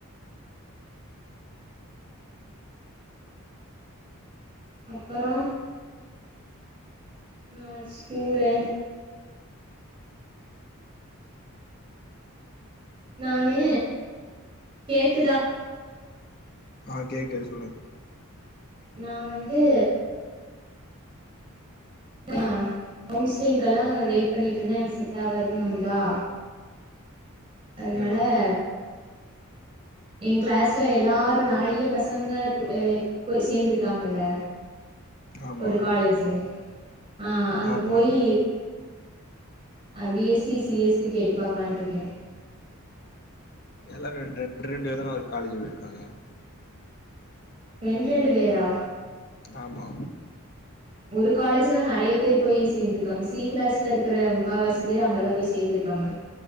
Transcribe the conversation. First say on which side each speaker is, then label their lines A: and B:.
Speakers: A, on the right (about 25°); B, on the left (about 45°).
A: அப்பற நான் ஸ்கூலன் நானு கேக்குதா
B: ஆ கேக்குது சொல்லுங்க
A: நா வந்து நா கவுன்சிலிங்க்கெல்லா வெய்ட் பண்ணிட்டு இருந்த எனக்கு செட் ஆகாதுன்னு தோணுதா அதனால
B: ஆ
A: என் கிளாஸ்ல எல்லாரு நெறைய பசங்க போய் சேந்துருக்காங்கல்ல
B: ஆமா
A: ஒரு காலேஜ் ஆ அங்க
B: ஆமா
A: போயி அப்டியே சி சி எஸ் க்கு கேட்டு பாக்கலான்ட்டு இருக்கே
B: எல்லாரு ரெண்டு ரெண்டு விதமா ஒரு காலேஜ் போயிருக்காங்க
A: ரெண்டு ரெண்டு பேரா
B: ஆமா
A: ஒரு காலேஜ்ல நெறைய பேர் போய் சேர்ந்துருக்காங்க சி கிளாஸ்ல இருக்கிற முக்கால்வாசி பேர் அங்கதா போய் சேந்திருக்காங்க